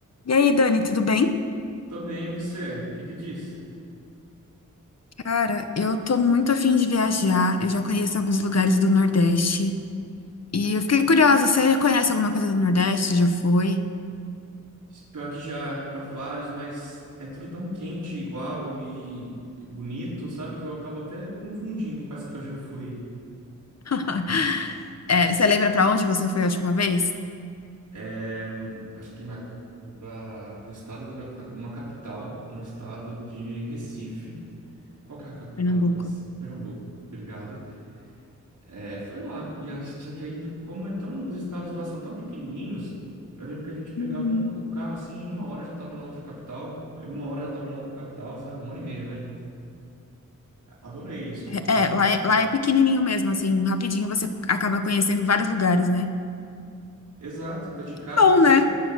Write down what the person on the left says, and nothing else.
E aí, Dani, tudo bem?
Cara, eu tô muito afim de viajar. Eu já conheço alguns lugares do Nordeste. E eu fiquei curiosa, você conhece alguma coisa do Nordeste? Já foi?
<laughs> É, você lembra pra onde você foi a última vez?
Pernambuco.
Uhum.
É,
é, lá é, lá é pequenininho mesmo, assim, rapidinho você acaba conhecendo vários lugares, né?
Bom,
né?